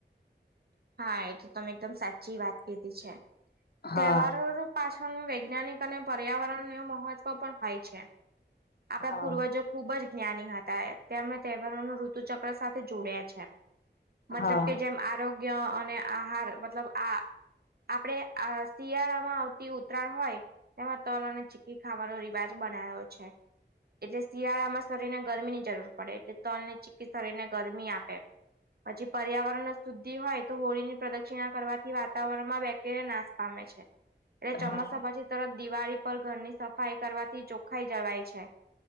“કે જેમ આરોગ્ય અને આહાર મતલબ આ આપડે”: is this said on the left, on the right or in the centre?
Right